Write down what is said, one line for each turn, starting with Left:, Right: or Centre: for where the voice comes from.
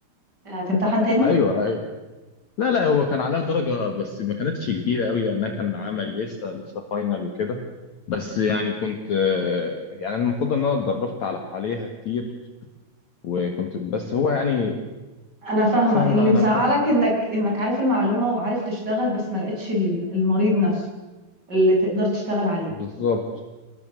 Right: هتمتحن تاني
Left: ايوه ايوه لا لا هو كان عليها درجة بس ما كانتش كبيرة قوي لانها كان عملي لسه لسه فاينل وكده بس يعني كنت آه، يعني انا المفروض ان انا اتدربت على عليها كتير وكنت بس هو يعني
Right: انا فاهمه
Left: فاهمة
Right: اللي بزعلك
Left: انا كنت
Right: انك انك عارف المعلومه وعارف تشتغل بس ما لقيتش ال- المريض نفسه اللي تقدر تشتغل عليه
Left: بالظبط